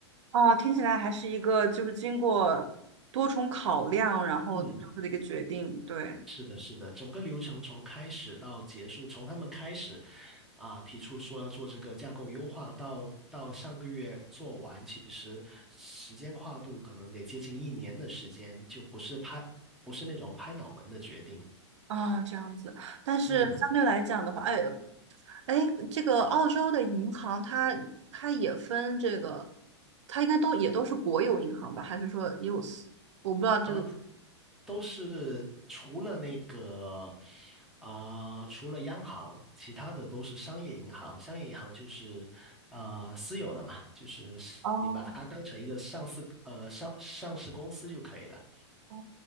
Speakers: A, on the right (about 80°); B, in the centre.
A: 哦，听起来还是一个就是经过多重考量，然后做出的一个决定，
B: 嗯，
A: 对
B: 是的，是的，整个流程从开始到结束，从他们开始啊、提出说要做这个架构优化，到到上个月做完，其实时间跨度可能得接近一年的时间，就不是拍，不是那种拍脑门的决定。
A: 啊，这样子。但是相对来讲的话，
B: 嗯。
A: 哎哎，这个澳洲的银行它它也分这个，它应该都也都是国有银行吧？还是说 use？我不知道这个。
B: 啊。都是除了那个啊、除了央行，其他的都是商业银行。商业银行就是呃私有的嘛，就是你把它当成一个上市呃上上市公司就可以了。
A: 哦哦，